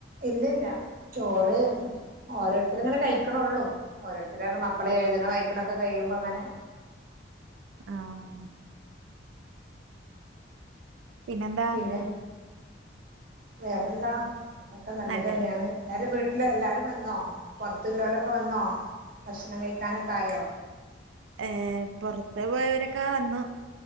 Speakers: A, on the right; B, on the right.
A: ഇല്ലെല്ല. ചോറ് ഓരോരുത്തര് ഇങ്ങനെ കഴിക്ക്ണൊള്ളു. ഓരോരുത്തരാറ്ണ മക്കള് എഴുത്ണ വായിക്ക്ണൊക്കെ കഴിയുമ്പ അങ്ങനെ.
B: ആഹ് പിന്നെന്താ
A: പിന്നെ വേറെന്താ. വടൊക്കെ നല്ലതെന്ന്യാണ്.
B: നല്ലത്.
A: എല്ലാരും വീട്ടില് എല്ലാരും വന്നോ പൊറ്ത്തില്ലോലൊക്കെ വന്നോ. ഭക്ഷണം കഴിക്കാനൊക്കെ ആയോ.
B: ഏ പൊറത്ത് പോയവരൊക്കെ വന്നു.